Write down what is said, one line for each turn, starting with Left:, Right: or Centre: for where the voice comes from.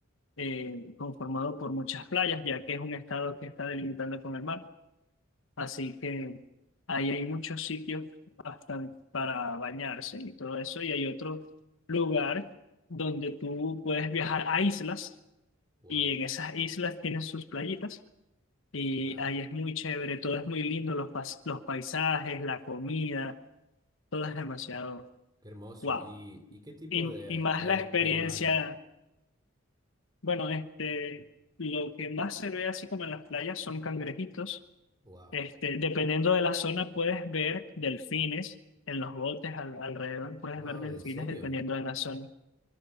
Left: eh, conformado por muchas playas, ya que es un estado que está delimitando con el mar. Así que ahí hay muchos sitios bastante para bañarse y todo eso. Y hay otro lugar donde tú puedes viajar a islas
Right: Wow,
Left: y en esas islas tienen sus playitas y
Right: claro.
Left: ahí es muy chévere, todo es muy lindo, los, pas- los paisajes, la comida, todo es demasiado
Right: Qué hermoso.
Left: wow.
Right: ¿Y, y qué tipo
Left: Y,
Right: de,
Left: y más
Right: de,
Left: la
Right: ani-
Left: experiencia,
Right: de animales?
Left: bueno, este, lo que más se ve así como en las playas son cangrejitos.
Right: Wow.
Left: Este, dependiendo de la zona puedes ver delfines en los botes al- alrededor, puedes
Right: Wow,
Left: ver delfines
Right: ¿en serio?
Left: dependiendo de la zona.